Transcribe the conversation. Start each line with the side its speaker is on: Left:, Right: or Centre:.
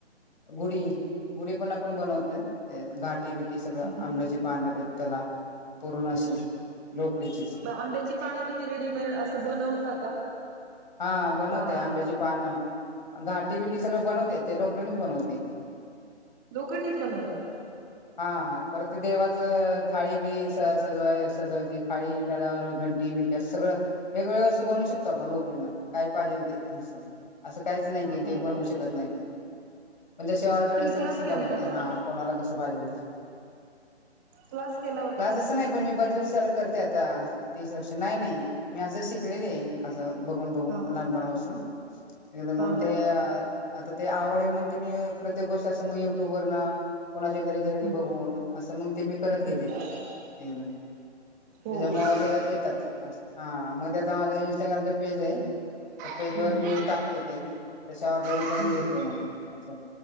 Left: गुढी गुढी पण आपण बनवतोय ते घाट बिटी सगळं
Right: मग
Left: आंब्याची पानं, त्याला पूर्ण अशी लोकरीचीच
Right: मग आंब्याची पानं तुम्ही रेडीमेड असं बनवता का?
Left: हा बनवते
Right: का
Left: आंब्याची पानं. घाटी बिटी सगळं बनवते. ते लोकरनच बनवते.
Right: लोकणीच बनवता का?
Left: हा परत ते देवाचं थाळी बिळी स सजवाय अस- खाळी त्यावर घंटी बंटी अस सगळं वेगळ वस्तू बनू शकतो आपण लोकरीला काय पाहिजे असं काहीच नाही की जे
Right: हो
Left: बनवू
Right: का
Left: शकत नाही ते. जशी ऑर्डर
Right: तुम्ही
Left: असेल
Right: क्लास
Left: तस
Right: केलता
Left: बनवते
Right: का
Left: हा कोणाला कसं पाहिजेल तस.
Right: क्लास केला होता
Left: क्लास
Right: तुम्ही
Left: अस नाही पण मी बऱ्याच वर्ष चल करते आता तीस वर्ष. नाही नाही मी असं शिकलेले आहे. बघून बघून
Right: हा
Left: लहानपणापासून एकदम.
Right: हा
Left: मग
Right: हा.
Left: ते आता ते आवडे म्हण ते मी प्रत्येक गोष्ट असं मग ये टुब वरण, कोणाच्या घरी गेले की ते
Right: हम्म
Left: बघून असं मग ते मी करत
Right: हम्म
Left: गेले. एकदा
Right: हो
Left: त्याच्यामु
Right: का
Left: ते येतात. हा मग त्याचा माझा इंस्टाग्रामचा पेज आहे. त्या पेज
Right: हम्म
Left: वर मी टाकते ते. त्याच्या ऑर्डरी
Right: हम्म
Left: पण घेते मग अस